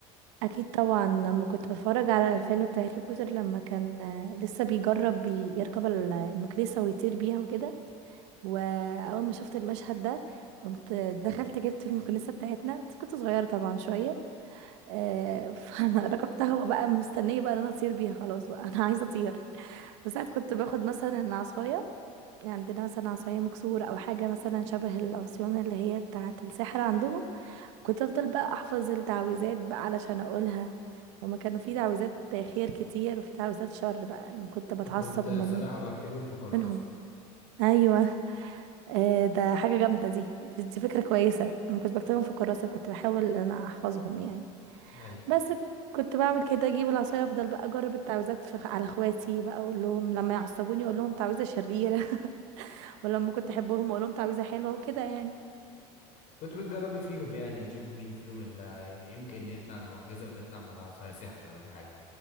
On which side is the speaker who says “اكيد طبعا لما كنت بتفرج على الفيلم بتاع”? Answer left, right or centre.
Right